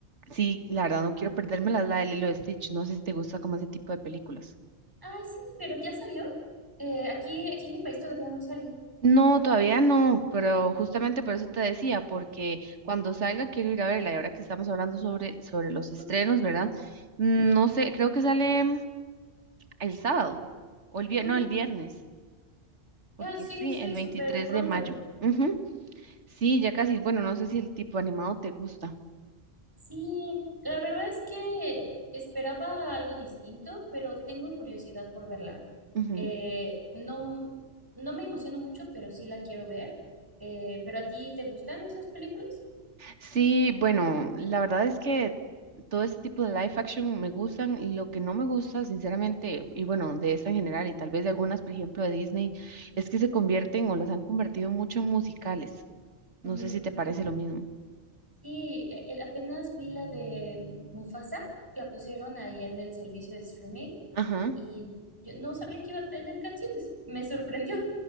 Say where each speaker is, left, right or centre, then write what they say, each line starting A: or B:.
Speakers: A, on the right; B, on the right.
A: sí, la verdad no quiero perdérmela, es la de Lilo y Stitch. No sé si te gusta como ese tipo de películas.
B: Ay, sí, pero ya salió. Eh, aquí, aquí en mi país todavía no sale.
A: No, todavía no, pero justamente por eso te decía, porque cuando salga quiero ir a verla. Y ahora que estamos hablando sobre, sobre los
B: Ujú.
A: estrenos, ¿verdad? No sé, creo que sale el sábado, o el viernes,
B: Mm,
A: no, el viernes, porque
B: ya, sí,
A: sí,
B: sí,
A: el 23
B: súper pronto.
A: de mayo. Ujú. Sí, ya casi, bueno, no sé si el tipo animado te gusta.
B: Sí, la verdad es que esperaba algo distinto, pero tengo curiosidad por verla.
A: Ujú.
B: Eh, no, no me emociono mucho, pero sí la quiero ver. Eh, ¿pero a ti te gustan esas películas?
A: Sí, bueno, la verdad es que todo ese tipo de live action me gustan. Lo que no me gusta, sinceramente, y bueno, de esta en general, y tal vez de algunas, por ejemplo, de Disney, es que se convierten o las han convertido mucho en musicales. No
B: Mm,
A: sé si te parece lo mismo.
B: sí, eh, eh, apenas vi la de Mufasa, la pusieron ahí en el servicio de streaming
A: Ajá.
B: y yo no sabía que iba a tener canciones. Me sorprendió.